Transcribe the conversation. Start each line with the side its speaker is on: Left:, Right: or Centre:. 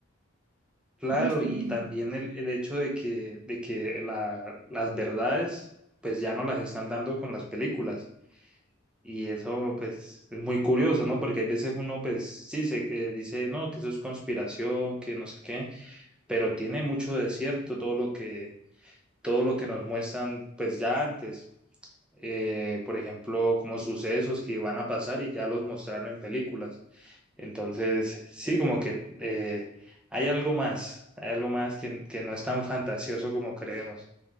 Centre: Claro,
Right: No sé si...
Centre: y
Right: si-
Centre: también el, el hecho de que, de que la- las verdades pues ya no las están dando con las películas. Y eso pues es muy curioso, ¿no? Porque hay veces uno pues sí se eh, dice, no, que eso es conspiración, que no sé qué, pero tiene mucho de cierto todo lo que, todo lo que nos muestran pues ya antes. Eh, por ejemplo, como sucesos que van a pasar y ya los mostraron en películas. Entonces, sí, como que eh, hay algo más, hay algo más que, que no es tan fantasioso como creemos.